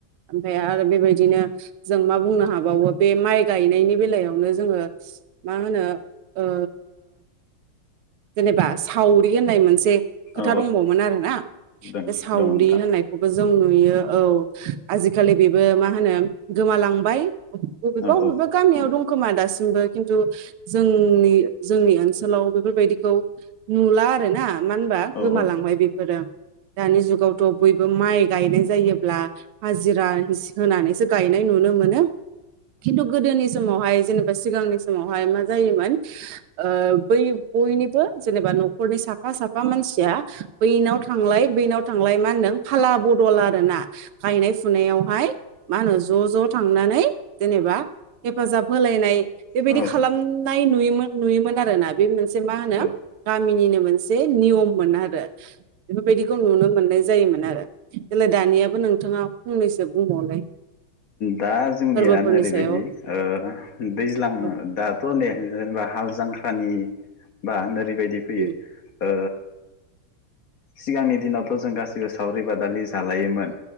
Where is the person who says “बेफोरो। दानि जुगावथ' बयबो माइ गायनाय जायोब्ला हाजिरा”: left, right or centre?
Right